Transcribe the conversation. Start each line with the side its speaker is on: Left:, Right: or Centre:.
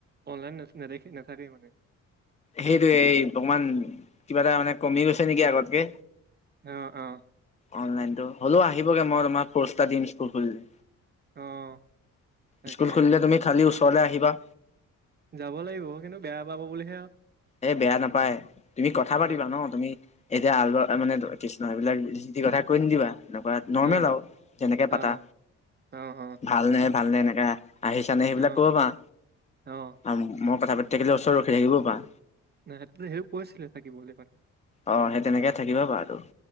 Right: অনলাইন নে - নেদেখে নেথাকে মানে।
Left: সেইটোৱে এই অকমান, কিবা এটা মানে, কমি গৈছে নেকি আগতকে,
Right: অ অ
Left: অনলাইনতো হ'লেও আহিবগে মই তোমাক পোষ্ট এটা দিম স্কুল খুলিলে।
Right: অ', তাকে
Left: স্কুল খুলিলে তুমি খালি ওচৰলে আহিবা।
Right: যাব লাগিব মই কিন্তু বেয়া পাব বুলিহে আৰু
Left: এ বেয়া নাপায় তুমি কথা পাতিবা
Right: অ',
Left: ন তুমি, এতিয়া আল বা মানে কৃষ্ণ এইবিলাক যি টি কথা কৈ নিদিবা এনেকুৱা, নৰ্মেল
Right: অ',
Left: আৰু যেনেকে পাতা,
Right: অ', অ',
Left: ভালনে ভালনে এনেকা, আহিছানে সেইবিলাক
Right: অ', অ',
Left: কব পাৰা
Right: অ',
Left: আৰু মই কথা পাতি থাকিলে ওচৰত ৰখি থাকিবও পাৰা।
Right: নাই সেতটো সেও কৈছিলে থাকিবলে কাৰণে,
Left: অ সে তেনেকে থাকিবা পাৰাটো।